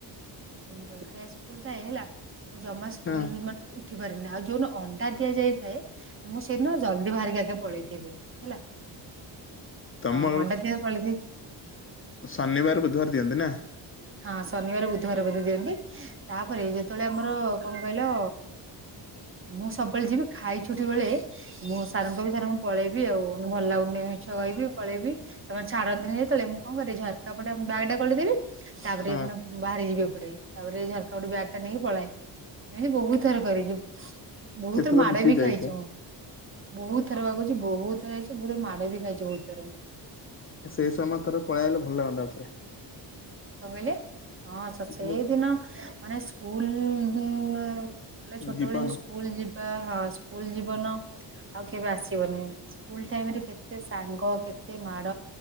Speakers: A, on the right; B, on the left.
A: <inaudible> ସ୍କୁଲ ଥାଏ ହେଲା ମୁଁ ଜମା ସ୍କୁଲ
B: ହଁ
A: ମାନେ ଉଠି ପାରିନି, ଆଉ ଯୋଉଦିନ ଅଣ୍ଡା ଦିଆଯାଇଥାଏ, ମୁଁ ସେଇଦିନ ଜଲଦି ବାହାରିକି ଆଗେ ପଳେଇଥିବି ହେଲା,
B: ତମ
A: ହଁ ଅଣ୍ଡା ଦିଆ ପଳେଇଥିବି
B: ଶନିିବାର ବୁଧବାର ଦିଇନି ନା?
A: ହଁ ଶନିବାର ବୁଧବାର ବୋଧେ ଦିଅନ୍ତି। ତାପରେ ଯେତେବେଳେ ଆମର କଣ କହିଲ ମୁଁ ସବୁବେଳେ ଯିବି ଖାଇଛୁଟି ବେଳେ ମୁଁ ସାର୍ ଙ୍କୁ ବି ସାରଙ୍କୁ ପଳେଇବି ଆଉ ମାନେ ଭଲ ଲାଗୁନି ମିଛ କହିବି ପଳେଇବି। ସେମାନେ ଛାଡ଼ନ୍ତିନି ଯେତଳେ ମୁଁ କଣ କରେ ଝରକା ପଟେ ବ୍ୟାଗଟା ଗଳେଇଦେବି ତାପରେ
B: ହଁ
A: ପୁଣି ବାହାରି ଯିବି ଏପଟେ ତାପରେ ଝରକା ଗୋଟେ ବ୍ୟାଗ ଟା ନେଇକି ପଳାଏ। ଏମିତି ବହୁତ ଥର କରିଛି ବହୁତ
B: କେତେଥର
A: ଥର ମାଡ
B: ଲୁଚି
A: ବି
B: ଯାଇଛ
A: ଖାଇଛି ମୁଁ। ବହୁତ ଥର ପା କହୁଛି ବହୁତ ଥର ଯାଇଛି ବହୁତ ଥର ମାଡ ବି ଖାଇଛି ବହୁତ ଥର।
B: ସେଇ ସମୟ ଥରେ ପଳେଇଆଇଲେ ଭଲ ଲାଗନ୍ତା ଆଉଥରେ।
A: କଣ କହିଲେ ହଁ ସ ସେଇଦିନ
B: ମୁଁ
A: ମାନେ ସ୍କୁଲ ଉଁ ଲେ ଛୋଟବେଳେ
B: ଜୀବନ
A: ଯୋଉ ସ୍କୁଲ ଯିବା ହଁ ସ୍କୁଲ ଜୀବନ ଆଉ କେବେ ଆସିବନି। ସ୍କୁଲ ଟାଇମ୍ ରେ କେତେ ସାଙ୍ଗ କେତେ ମାଡ?